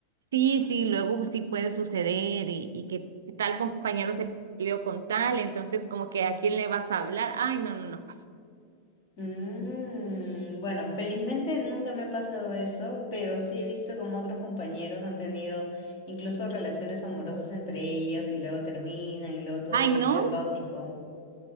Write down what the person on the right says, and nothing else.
Sí, sí, luego sí puede suceder y, y que tal compañero se peleó con tal, entonces como que a quién le vas a hablar. Ay, no, no, no.
Ay,
no,